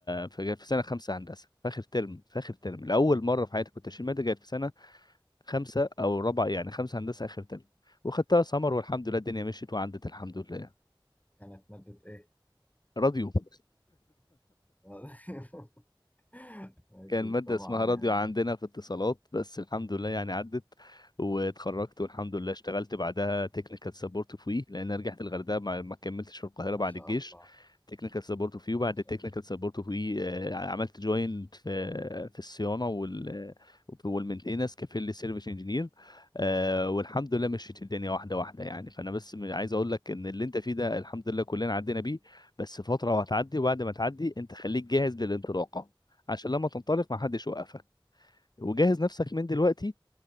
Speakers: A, on the left; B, on the left.
A: في في سنه خمسه هندسه في اخر ترم في اخر ترم لاول مره في حياتي كنت اشيل ماده كانت في سنه خمسه او رابعه يعني خمسه هندسه اخر ترم وخدتها سمر والحمد لله الدنيا مشيت وعدت الحمد لله
B: كانت ماده ايه
A: راديو <laughs>
B: <laughs> اكيد
A: كان مادة
B: طبعا
A: اسمها راديو
B: يعني
A: عندنا في اتصالات بس الحمد لله يعني عدت واتخرجت والحمد لله اشتغلت بعدها تكنيكال سبورت في وي لان أنا رجعت الغردقة ما ما كملتش في القاهرة
B: ما
A: بعد
B: شاء
A: الجيش
B: الله
A: تكنيكال سبورت في وي وبعد
B: ما شاء
A: التكنيكال
B: الله
A: سبورت في وي آه، عملت جوين في في الصيانة وال والمنتنس كفيل سيرفيس انجينير والحمد لله مشيت الدنيا واحدة واحدة يعني فانا بس م- عايز اقول لك ان اللي انت فيه ده الحمد لله كلنا عدينا بيه بس فترة وهتعدي وبعد ما تعدي انت خليك جاهز للانطلاقة عشان لما تنطلق ما حدش يوقفك وجهز نفسك من دلوقتي